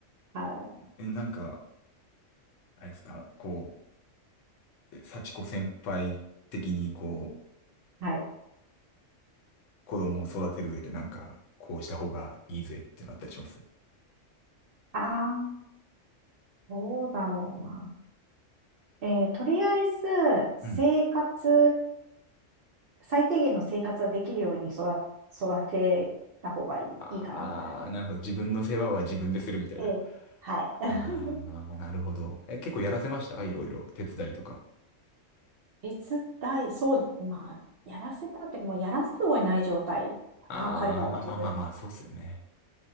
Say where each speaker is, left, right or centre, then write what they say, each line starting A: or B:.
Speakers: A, on the right; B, on the left.
A: は
B: え、なんか、あれですか、こう、え幸子先輩的に、こう、
A: い。はい。
B: 子供を育てる上でなんか、こうした方がいいぜってなったりします
A: ああ、どうだろうな。えーとりあえず、生活、
B: うん。
A: 最低限の生活はできるように育、育てた方がいい、
B: ああ、
A: いいかな。
B: なるほど。自分の世話は自分でするみたいな。
A: ええ。はい。<laughs>
B: ああ、なるほど。え、結構やらせましたいろいろ。手伝いとか。
A: 別大、そう、まあ、やらせたって、もうやらざるを得ない状態かな、
B: ああ、
A: 彼らは自分。
B: まあまあまあまあ、そうっすよね。